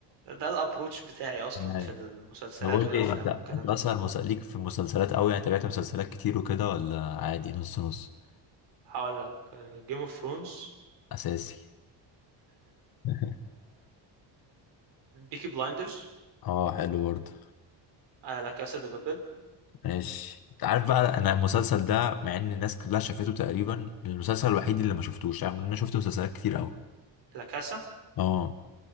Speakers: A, on the right (about 65°); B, on the left (about 50°).
A: ده الابروتش بتاعي اصلا
B: ايوه
A: في المسلسلات
B: طب قول
A: والافلام
B: لي انت انت
A: والكلام ده
B: اصلا مس- ليك في المسلسلات قوي يعني تابعت مسلسلات كتير وكده ولا عادي نص نص
A: هقول لك جيم اوف ثرونز
B: اساسي <laughs>
A: بيكي بلايندرز
B: اه حلو برضه
A: لا كاسا دي بابل
B: ماشي انت عارف بقى انا المسلسل ده مع ان الناس كلها شافته تقريبا المسلسل الوحيد اللي ما شفتوش رغم ان انا شفت مسلسلات كتير قوي
A: لا كاسا <laughs>
B: اه